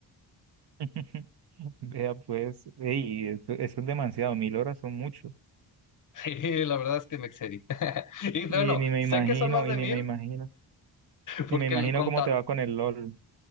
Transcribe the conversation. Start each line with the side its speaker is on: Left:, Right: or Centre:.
Right: <laughs> Vea, pues, ey, eso, eso es demasiado, mil horas son mucho.
Left: Sí, la verdad es que me excedí. <laughs> Y bueno,
Right: Y ni me
Left: sé
Right: imagino,
Left: que son más de
Right: y ni
Left: mil
Right: me imagino,
Left: porque
Right: ni me imagino
Left: el, conta-
Right: cómo te va con el LOL.